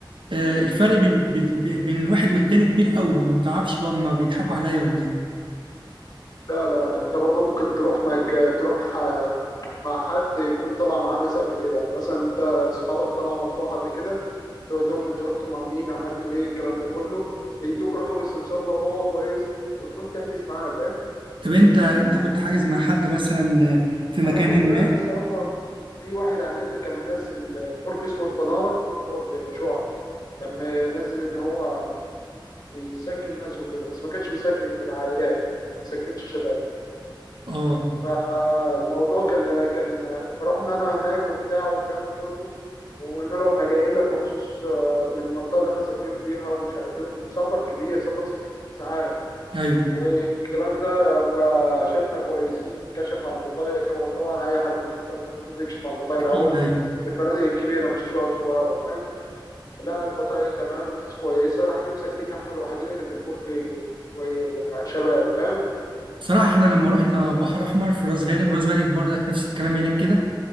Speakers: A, on the right (about 75°); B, on the left (about 45°).
A: آه، الفرق بين بين بين الواحد والتاني كبير قوي ما بتعرفش بقى هما بيضحكوا عليا ولا إيه
B: لا لا لا أنت برضه ممكن تروح معك تروح آه، مع حد يكون طلع معاه ناس قبل كده يعني مثلا أنت أصحابك طلعوا مطروح قبل كده تقول لهم أنت رحتوا مع مين عملتوا إيه الكلام ده كله يدوك رقم السمسار لو هو كويس وتروح تحجز معاه فاهم
A: طب انت انت كنت حاجز مع حد مثلا في مكان
B: انا كنت رايح
A: ما
B: الصراحه في واحد على النت كان منزل برج اسمه الفناره برج شعاع كان منزل ان هو بيسكن ناس وكده بس ما كانش بيسكن غير عائلات ما بيسكنش شباب
A: اه
B: فالموضوع كان كان فرحنا انا هناك وبتاع والكلام ده كله وقلنا له احنا جايين لك مخصوص آه، من المنطقه اللي احنا ساكنين فيها ومش عارف ايه وسفر كبير سفر ست ساعات
A: ايوه
B: والكلام ده فشافنا كويسين كشف على البطايق هو طبعا اي حد بتروح تأجر منه بيكشف على البطايق
A: اكيد
B: الاول
A: ايوه
B: في الفنادق الكبيره مش شقق صغيره فاهم لا البطايق تمام الناس كويسه راح جه مسكننا احنا الوحيدين اللي في البرج كوي- شباب فاهم
A: بصراحه احنا لما رحنا بحر احمر في راس غارب راس غارب برضك نفس الكلام هناك كده